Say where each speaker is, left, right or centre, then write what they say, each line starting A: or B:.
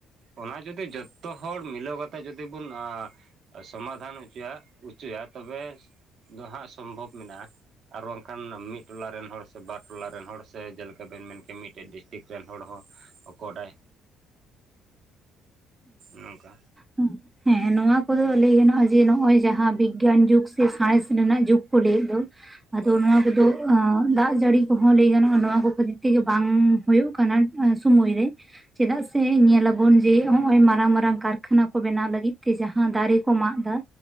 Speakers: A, on the right; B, on the right.
A: ᱚᱱᱟ ᱡᱩᱫᱤ ᱡᱚᱛᱚ ᱦᱚᱲ ᱢᱤᱞᱟᱹᱣ ᱠᱟᱛᱮᱫ ᱡᱩᱫᱤ ᱵᱚᱱ ᱟ ᱟᱨ ᱥᱚᱢᱟᱫᱷᱟᱱ ᱦᱚᱪᱚᱭᱟ ᱚᱪᱚᱭᱟ ᱛᱚᱵᱮ ᱫᱚ ᱦᱟᱸᱜ ᱥᱚᱢᱵᱷᱚᱵᱽ ᱢᱮᱱᱟᱜᱼᱟ, ᱟᱨ ᱵᱟᱝᱠᱷᱟᱱ ᱢᱤᱫ ᱴᱚᱞᱟ ᱨᱮᱱ ᱦᱚᱲ ᱥᱮ ᱵᱟᱨ ᱴᱚᱞᱟ ᱨᱮᱱ ᱦᱚᱲ ᱥᱮ ᱡᱮᱞᱮᱠᱟ ᱵᱤᱱ ᱢᱮᱱ ᱠᱮᱫ ᱢᱤᱫᱴᱮᱱ ᱰᱤᱥᱴᱤᱠ ᱨᱮᱱ ᱦᱚᱲ ᱦᱚᱸ ᱚᱠᱚᱴᱟᱭ,
B: <inaudible>
A: ᱱᱚᱝᱠᱟ,
B: ᱦᱩᱸ, ᱦᱮᱸ ᱱᱚᱣᱟ ᱠᱚᱫᱚ ᱞᱟᱹᱭ ᱜᱟᱱᱚᱜᱼᱟ ᱡᱮ ᱱᱚᱜᱼᱚᱭ ᱡᱟᱦᱟᱸ ᱵᱤᱜᱽᱜᱟᱱ ᱡᱩᱜᱽ ᱥᱮ ᱥᱟᱸᱬᱮᱥ ᱨᱮᱱᱟᱜ ᱡᱩᱜᱽ ᱠᱚ ᱞᱟᱹᱭᱮᱫ ᱫᱚ ᱟᱫᱚ
A: ᱦᱳᱭ
B: ᱱᱚᱣᱟ ᱠᱚᱫᱚ ᱚᱸ ᱫᱟᱜ ᱡᱟᱹᱲᱤ ᱠᱚᱦᱚᱸ ᱞᱟᱹᱭ ᱜᱟᱱᱚᱜᱼᱟ ᱱᱚᱣᱟ ᱠᱚ ᱠᱷᱟᱹᱛᱤᱨ ᱛᱮᱜᱮ ᱵᱟᱝ ᱦᱳᱭᱳᱜ ᱠᱟᱱᱟ ᱥᱩᱢᱚᱭ ᱨᱮ, ᱪᱮᱫᱟᱜ ᱥᱮ ᱧᱮᱞ ᱟᱵᱚᱱ ᱡᱮ ᱦᱚᱸᱜ-ᱚᱭ ᱢᱟᱨᱟᱝ ᱢᱟᱨᱟᱝ ᱠᱟᱨᱠᱷᱟᱱᱟ ᱠᱚ ᱵᱮᱱᱟᱣ ᱞᱟᱹᱜᱤᱫ ᱛᱮ ᱡᱟᱦᱟᱸ ᱫᱟᱨᱮ ᱠᱚ ᱢᱟᱜ-ᱫᱟ,